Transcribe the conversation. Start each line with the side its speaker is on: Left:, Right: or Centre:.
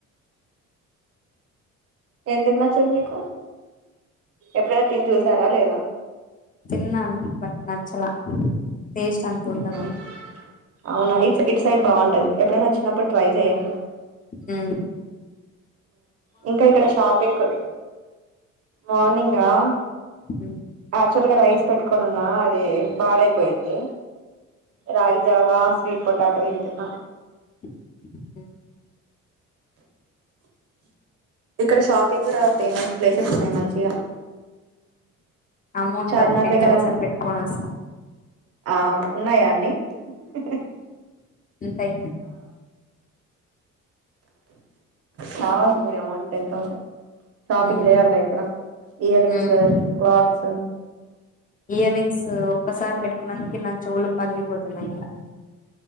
Right: ఎందుకు నచ్చదు మికు ఎప్పుడనా తిని చూసారా లేదా
Left: తిన్న బట్ నచ్చలా టేస్ట్ అంత ఉండదు
Right: మ్మ్ అవునా ఇట్ ఇట్ సైడ్ బాగుంటది ఎప్పుడైనా వచ్చినప్పుడు ట్రై చెయండి
Left: అ
Right: ఇంకా ఇక్కడ షాపింగ్ కూడా మార్నింగ్ ఆహ్
Left: హ
Right: క్చువల్గా రైస్ పెట్టుకనిన్నా అది పాడైపోయింది రాగి జావా స్వీట్ పొటాటో ఇవి అలా
Left: ఓ <inaudible>
Right: ఇక్కడషాపు ఫేమస్ ప్లేసెస్ ఉన్నాయి మంచిగ
Left: అమౌంట్
Right: చార్మినార్
Left: ఒక టెన్
Right: దగ్గర
Left: థౌసండ్ పెట్టుకొని వస్తా
Right: ఆ ఉన్నాయా అన్నీ హ
Left: ఉంటయి
Right: కావాల్సిందే అమౌంట్ టెన్ థౌసండ్. షాపింగ్
Left: హ్మ్
Right: చేయాలిగా ఇక్కడ ఇయర్ రింగ్స్
Left: హ్మ
Right: క్లాత్స్
Left: ఇయర్ రింగ్స్ ఒక్కసారి పెట్టుకున్నందుకె నా చెవులు పగిలిపోతున్నాయి ఇంగ.